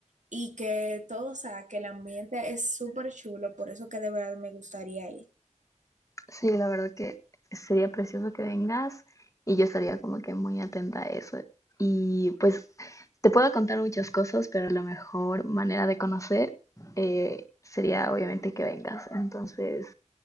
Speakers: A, on the right; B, on the left.
A: y que todo, o sea, que el ambiente es súper chulo, por eso que de verdad me gustaría ir.
B: Sí, la verdad que sería precioso que vengas y yo estaría como que muy atenta a eso. Y pues te puedo contar muchas cosas, pero la mejor manera de conocer eh, sería obviamente que vengas. Entonces